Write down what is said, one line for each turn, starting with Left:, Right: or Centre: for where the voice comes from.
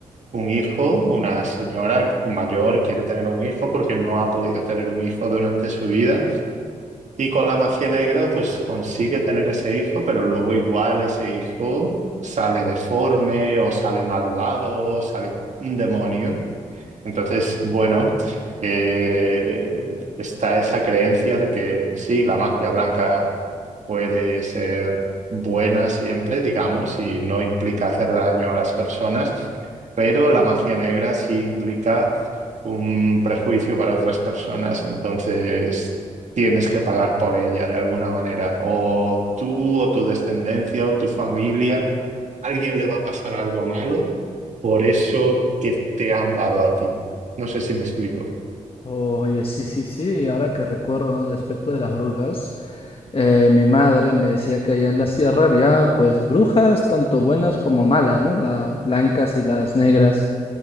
Right: un hijo, una señora mayor quiere tener un hijo porque no ha podido tener un hijo durante su vida. Y con la magia negra, pues consigue tener ese hijo, pero luego igual ese hijo sale deforme o sale malvado, o sale un demonio. Entonces, bueno, eh, está esa creencia de que sí, la magia blanca puede ser buena siempre, digamos, y no implica hacer daño a las personas, pero la magia negra sí implica un prejuicio para otras personas, entonces tienes que pagar por ella de alguna manera, o tú o tu descendencia o tu familia, alguien le va a pasar algo malo por eso que te han dado a ti. No sé si me explico.
Left: Oye, sí, sí, sí, y ahora que recuerdo, ¿no? De aspecto de las brujas, eh, mi madre me decía que allá en la sierra había, pues, brujas tanto buenas como malas, ¿no? Las blancas y las negras.